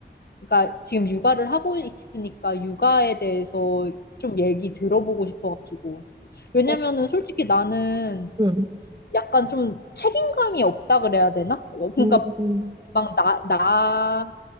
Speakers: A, on the left; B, on the right.
A: 그러니까 지금 육아를 하고 있으니까 육아에 대해서 좀 얘기 들어보고 싶어가지고. 왜냐면은
B: 어,
A: 솔직히 나는
B: 음,
A: 약간 좀 책임감이 없다 그래야 되나? 어, 그러니까
B: 음,
A: 막 나, 나,